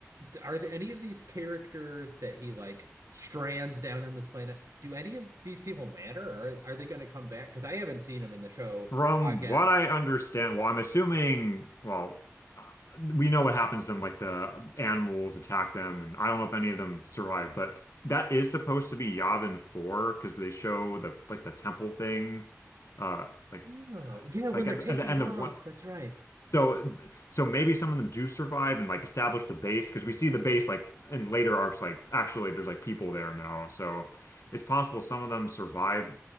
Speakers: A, on the right; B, on the left.
A: are there any of these characters that he like strands down on this planet? Do any of these people matter, or are they gonna come back? Because I haven't seen them in the show
B: From
A: again.
B: what I understand, well, I'm assuming, well, uh, we know what happens to them, like the animals attack them, and I don't know if any of them survive, but that is supposed to be Yavin 4 because they show the like the temple thing, uh, like
A: Oh, yeah, when
B: like
A: they're
B: at
A: taking
B: the, at the end
A: off,
B: of one.
A: that's right.
B: So, so maybe some of them do survive and like establish the base because we see the base like in later arcs, like actually there's like people there now. So it's possible some of them survive.